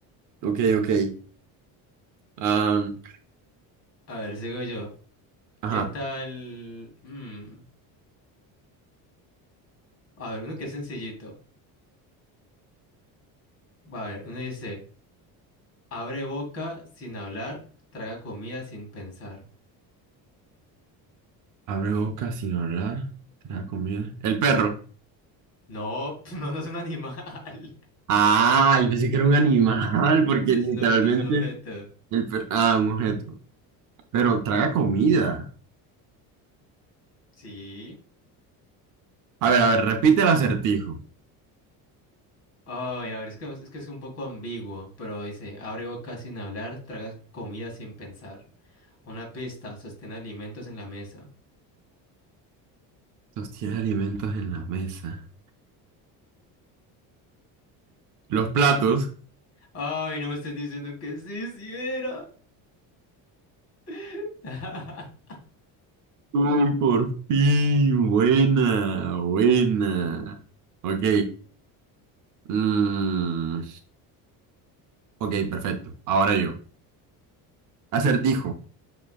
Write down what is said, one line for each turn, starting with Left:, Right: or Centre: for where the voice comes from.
Right: Ok, ok. Am,
Left: A ver, sigo yo.
Right: ajá.
Left: ¿Qué tal? Mm, A ver, uno que es sencillito. A ver, uno dice, abre boca sin hablar, traga comida sin pensar.
Right: Abre boca sin hablar. Traga comida. El perro.
Left: No, <laughs> no, no es un animal.
Right: Ay, pensé que era un animal, porque
Left: Es
Right: literalmente
Left: un objeto, es un objeto.
Right: el perro. Ah, un objeto. Pero traga comida.
Left: Sí.
Right: A ver, a ver, repite el acertijo.
Left: Ay, a ver, es que es que es un poco ambiguo, pero dice, abre boca sin hablar, traga comida sin pensar. Una pista, sostén alimentos en la mesa.
Right: Sostiene alimentos en la mesa. Los platos.
Left: Ay, no me estés diciendo que sí, sí era. <laughs>
Right: Uy, por fin. Buena, buena. Ok. mm, ok, perfecto. Ahora yo. Acertijo.